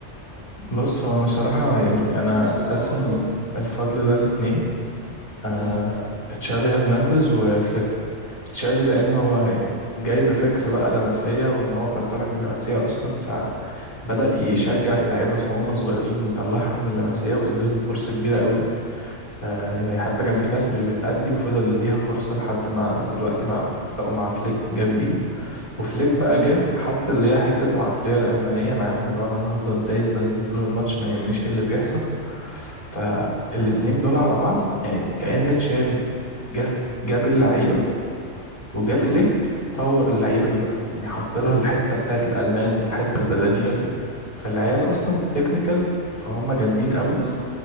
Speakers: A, on the left (about 35°); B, on the right (about 70°).
A: بص هو انا صراحة يعني
B: ويضخوا
A: انا
B: فلوس في لعيبه
A: قاسم
B: اكبر
A: الفضل ده لاتنين آه
B: مم.
A: تشافي هرنانديز وفليك تشافي لأنه هو يعني جاي بفكر بقى لمسية وإن هو كان طالع من لمسية أصلا فبدأ
B: مم.
A: يشجع اللعيبة وهم صغيرين ويطلعهم من لمسية ويديهم فرصة كبيرة قوي آه يعني حتى
B: مم.
A: كان في ناس مش بتأدي وفضل يديها فرصة لحد ما دلوقتي مع بقوا مع فليك جامدين وفليك بقى
B: مم.
A: جه حط اللي هي حتة العقلية الألمانية معاهم اللي هو أنا هفضل دايس بنزين طول الماتش ما يهمنيش إيه اللي بيحصل فالاتنين
B: مم.
A: دول على بعض يعني كأن تشافي جه جاب اللعيبة وجا فليك
B: مم.
A: طور اللعيبة دي بقى يعني حط لها الحتة بتاعت الألمان والحتة البدنية دي فالعيال أصلا تكنيكال فهم جامدين قوي
B: مم.